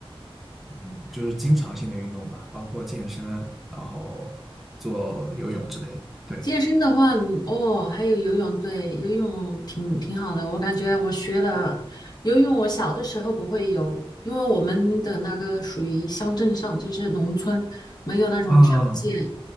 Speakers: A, in the centre; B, on the left (about 45°).
A: 嗯，就是经常性的运动吧，包括健身，然后做游泳之类的。对，
B: 健身的话，你哦，还有游泳，对，游泳挺挺好的。我感觉我学了游泳，我小的时候不会游，因为我们的那个属于乡镇上，就是农村，没有那种条件，
A: 嗯，